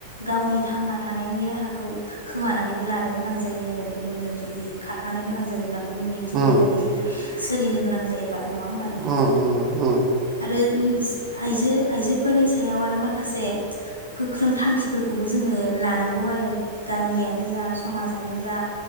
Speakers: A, on the right; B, on the right.
A: गावनि थांना थानायनि राहाखौ खोमानानैबो लानो गोनां जायो आरो गुबुनजों जुदि खारफानो गोनां जा <unintelligible> गुबुननि थिन्नाय
B: उम
A: बायदि जुदि सोलिनो गोनां जायोबा। नङा होमबा नोंथां
B: उम उम
A: आरो उ आइजो आइजोफोरनि सायाव आरो माखासे गोख्रों थांखिफोरखौबो जोङो लानांगौ आरो गामियानो जा समाजानो जा